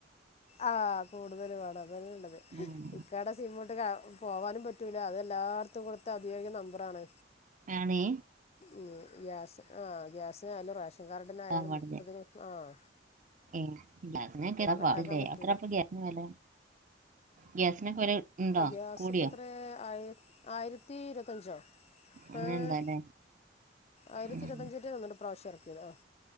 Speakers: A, on the left; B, on the right.
A: ആഹ്, കൂടുതല് വാണം അതാണ് ള്ളത്.
B: ഉം.
A: ഇക്കടെ സിമ്മിട്ട് കാ പോവാനും പറ്റൂല. അത് എല്ലാട്ത്തും കൊടുത്ത അതിയോഗ്യ നമ്പറാണ്.
B: ആണെ
A: മ്മ്. ഗ്യാസ്, ആഹ്, ഗ്യാസിനായാലും റേഷൻ കാർഡിനായാലും
B: കട്ടാൻ പാടില്ല
A: മൊത്തത്തില്, ആഹ്
B: ഏ ഗ്യാസിനൊക്കെ എന്താ
A: കട്ടാക്കാൻ
B: പാട് ലേ
A: പറ്റൂല
B: എത്രപ്പം ഗ്യാസിന് വെല ഗ്യാസിനൊക്കെ വെലണ്ടോ
A: ഗ്യാസ്
B: കൂടിയോ
A: ഇപ്പം എത്ര ആയി ആയിരത്തി ഇരത്തഞ്ചോ?
B: അങ്ങനെ
A: ഏഹ്..,
B: എന്താ അല്ലേ
A: ആയിരത്തി
B: ഉം,
A: ഇരത്തഞ്ചറ്റെന്ന്ണ്ട് ഇപ്രാശ്യം എർക്കിയത്. ആഹ്.